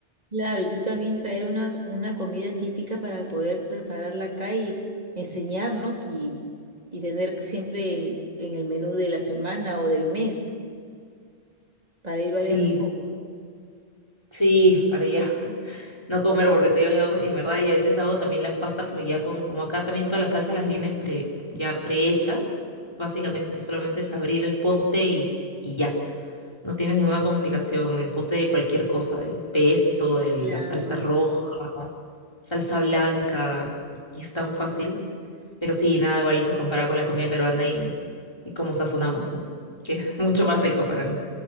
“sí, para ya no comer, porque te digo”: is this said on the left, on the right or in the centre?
Left